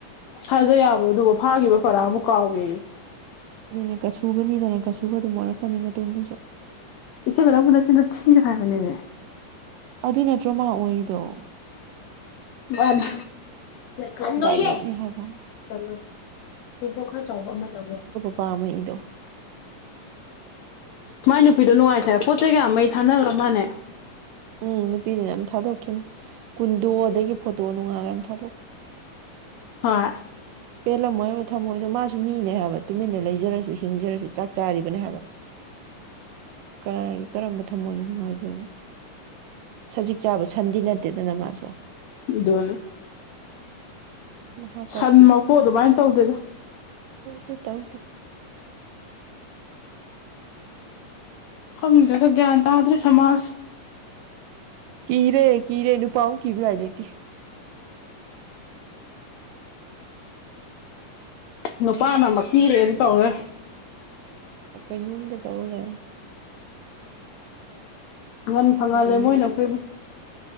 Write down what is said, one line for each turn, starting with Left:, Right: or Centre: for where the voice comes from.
Left: ꯊꯥꯖ ꯌꯥꯕꯣ ꯑꯗꯨꯒ ꯐꯥꯈꯤꯕ ꯄꯔꯥꯕꯨ ꯑꯃꯨꯛ ꯀꯥꯎꯒꯦ
Right: ꯑꯗꯨꯅꯤ ꯀꯁꯨꯕꯅꯤꯗꯅ ꯀꯠꯁꯨꯕ ꯑꯗꯨꯝ ꯑꫭꯏꯔꯛꯀꯅꯤ ꯃꯇꯨꯡꯗꯁꯨ
Left: ꯏꯆꯦꯕꯂꯝꯒ ꯅꯪꯕꯨ ꯅꯆꯤꯟꯗꫭ ꯊꯤꯅꫭ ꯍꯥꯏꯕꯅꯦꯃꯤ
Right: ꯑꯗꯨ ꯅꯠꯇ꯭ꯔꯣ ꯃꯥ ꯑꯣꯏꯔꯤꯗꯣ
Left: ꯃꯥꯅꯤ ꯀꯟꯂꯣꯏꯌꯦ
Right: ꯗꯥꯏꯔꯦꯛꯅꯦ ꯍꯥꯏꯕ
Left: ꯆꯠꯂꯣ ꯇꯦꯡꯀꯣ ꯈꯔ ꯆꯥꯎꯕ ꯑꯃ ꯇꯧꯋꯣ
Right: ꯄꯥꯝꯝꯕꯩꯗꯣ
Left: ꯃꯥꯏ ꯅꯨꯄꯤꯗꯣ ꯅꯨꯡꯉꯥꯏꯇꯔꯦ ꯄꯣꯠ ꯆꯩꯦ ꯀꯌꯥꯝꯃꯩ ꯊꯥꯅꯈ꯭ꯔ ꯃꯥꯥꯟꯅꯦ
Right: ꯎꯝ ꯅꯨꯄꯤꯗꯨꯅ ꯑꯃꯝ ꯊꯥꯗꯣꯛꯈꯤꯕꯅꯤ ꯀꯨꯟꯗꯣ ꯑꯗꯒꯤ ꯐꯣꯇꯣ ꯅꯨꯡꯉꯥꯜꯂꯒ ꯑꯃꯝ ꯊꯥꯗꯣꯛꯄ
Left: ꯍꯣꯏ
Right: ꯄꯦꯜꯂꯝꯃꯣꯏ ꯍꯥꯏꯕ ꯊꯝꯃꯣꯏꯗꯣ ꯃꯥꯁꯨ ꯃꯤꯅꯦ ꯍꯥꯏꯕ ꯇꯨꯃꯤꯟꯅ ꯂꯩꯖꯔꯁꯨ ꯍꯤꯡꯖꯔꯁꯨ ꯆꯥꯛ ꯆꯥꯔꯤꯕꯅꯦ ꯍꯥꯏꯕ ꯀꯒꯤ ꯀꯔꯝꯕ ꯊꯝꯃꯣꯏꯅꯤ ꯅꯨꯡꯉꯥꯏꯗꯣꯏꯅꫭ ꯁꯖꯤꯛ ꯆꯥꯕ ꯁꯟꯗꯤ ꯅꯠꯇꯦꯗꯅ ꯃꯥꯁꯨ
Left: ꯗꯣꯟ
Right: ꯃꯍꯥ ꯄꯥꯄꯤ
Left: ꯁꯟ ꯃꯄꯨ ꯑꯗꯨꯃꯥꯏꯅ ꯇꯧꯗꯦꯗ
Right: ꯇꯧꯗꯦ ꯇꯧꯗꯦ
Left: ꯈꯪꯗꯔꯦꯗ ꯒ꯭ꯌꯥꯟ ꯇꯥꯗ꯭ꯔꯦ ꯁꯃꯥꯖ
Right: ꯀꯤꯔꯦ ꯀꯤꯔꯦ ꯅꯨꯄꯥ ꯑꯃꯨꯛ ꯀꯤꯕ ꯂꯥꯏ ꯂꯩꯇꯔꯦ
Left: ꯅꯨꯄꯥꯅ ꯃꯇꯤꯔꯦꯡ ꯇꯧꯔꯦ꯫
Right: ꯀꯩꯅꯣꯝꯗ ꯇꯧꯔ ꯂꯩ꯫
Left: ꯏꯍꯟ ꯐꯪꯍꯜꯂꯦ
Right: ꯏꯕꯦꯝꯃ
Left: ꯃꯣꯏꯅ ꯑꯩꯈꯣꯏꯕꯨ꯫